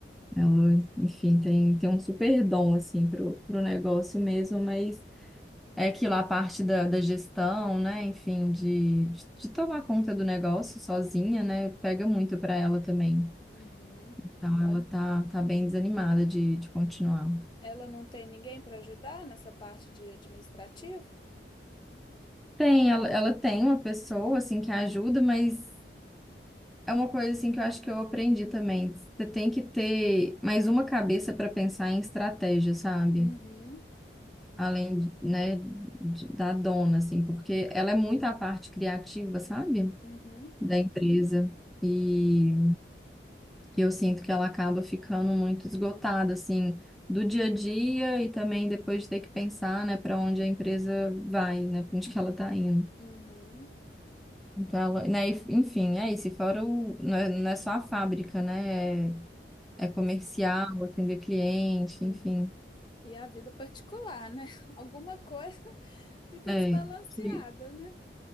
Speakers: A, in the centre; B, on the left.
A: Ela, enfim, tem, tem um super dom, assim, pro, pro negócio mesmo, mas É aquilo, a parte da, da gestão, né? Enfim, de, de, de tomar conta do negócio sozinha, né? Pega muito para ela também.
B: Uhum.
A: Então, ela tá, tá bem desanimada de, de continuar.
B: Ela não tem ninguém para ajudar nessa parte de administrativo?
A: Tem, ela, ela tem uma pessoa, assim, que ajuda, mas é uma coisa, assim, que eu acho que eu aprendi também. Você tem que ter mais uma cabeça para pensar em estratégia, sabe?
B: Uhum.
A: Além, de, né, de- da dona, assim, porque ela é muito a parte criativa, sabe?
B: Uhum.
A: Da empresa. E. E eu sinto que ela acaba ficando muito esgotada, assim, do dia a dia e também depois de ter que pensar, né, para onde a empresa vai, né, para onde que ela está indo.
B: Uhum.
A: Então, ela, né, e- enfim, é isso. E Fora o, não é, não é só a fábrica, né, é, é
B: O
A: comercial,
B: resto.
A: atender cliente,
B: Uhum.
A: enfim,
B: E a vida particular, né? <laughs> Alguma coisa <laughs> fica
A: é,
B: desbalanceada,
A: que,
B: né?